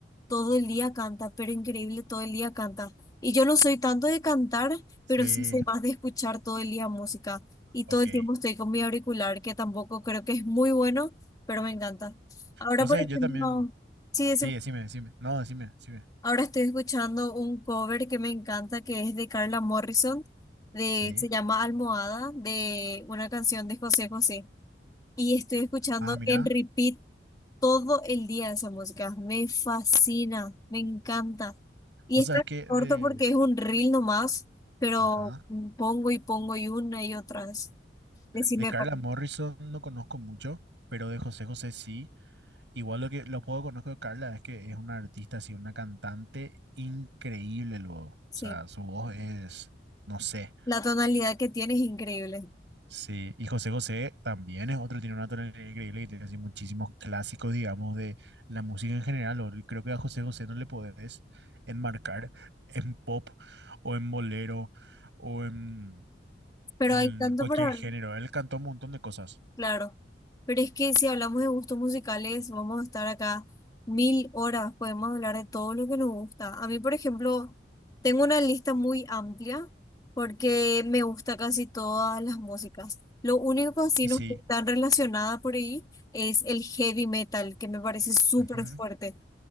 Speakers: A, on the left; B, on the right.
A: todo el día canta, pero increíble, todo el día canta. Y yo no soy tanto de cantar,
B: Sí,
A: pero sí soy más de escuchar todo el día música. Y
B: ok.
A: todo el tiempo estoy con mi auricular, que tampoco creo que es muy bueno, pero me encanta. Ahora,
B: O sea,
A: por ejemplo,
B: yo también,
A: sí,
B: sí, decime, decime. No, decime, decime.
A: Ahora estoy escuchando un cover que me encanta, que es de Carla Morrison, de,
B: Sí.
A: se llama Almohada, de una canción de José José. Y estoy escuchando
B: Ah, mira.
A: en repeat todo el día esa música. Me fascina, me encanta. Y
B: O
A: está
B: sea, es que
A: corto
B: de,
A: porque es un reel nomás, pero
B: ajá,
A: pongo y pongo y una y otra vez. Decime,
B: de Carla
A: perdón.
B: Morrison no conozco mucho, pero de José José sí. Igual lo que lo poco que conozco de Carla es que es una artista, así, una cantante increíble luego.
A: Sí,
B: O sea, su voz es, no sé.
A: la tonalidad que tiene es increíble.
B: Sí, y José José también es otro, tiene una tonalidad increíble y tiene así muchísimos clásicos, digamos, de la música en general. o- Creo que a José José no le podés enmarcar en pop o en bolero o en,
A: Pero
B: en
A: hay tanto
B: cualquier
A: para ver,
B: género. Él cantó un montón de cosas.
A: claro. Pero es que si hablamos de gustos musicales, vamos a estar acá mil horas, podemos hablar de todo lo que nos gusta. A mí, por ejemplo, tengo una lista muy amplia porque me gusta casi todas las músicas. Lo único que así
B: Y sí.
A: no está relacionada por ahí es el heavy metal, que me parece súper
B: ujú.
A: fuerte,